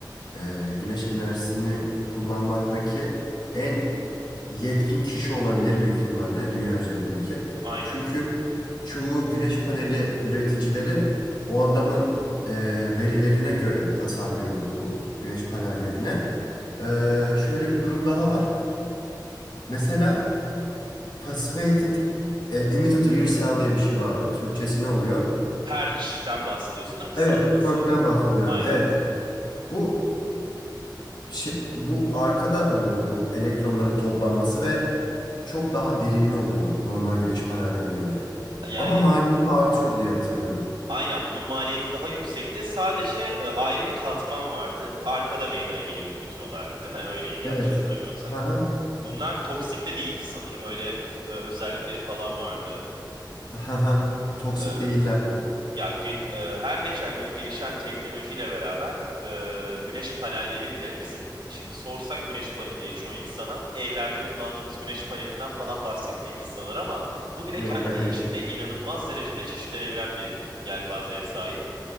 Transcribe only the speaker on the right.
Aynen.
Perç'ten bahsediyorsun değil mi kısaltması?
Aynen.
Yani
Aynen bunun maliyeti daha yüksekti. Sadece e, ayrı bir katman vardı. Arkada meydana geliyordu bütün olay, değil mi? Öyleydi yanlış
hatırlamıyorsak.
Bunlar toksik de değildi sanırım. Öyle e, özellikleri falan vardı.
E,
ya ge- e, her geçen gün gelişen teknolojiyle beraber e, güneş panelleri bile bizim şimdi sorsak güneş paneli diye çoğu insana evlerde kullandığımız güneş panelinden falan bahsettiğimizi sanır ama bu bile
kendi
içinde inanılmaz derecede çeşitlenebilen bir yelpazeye sahip.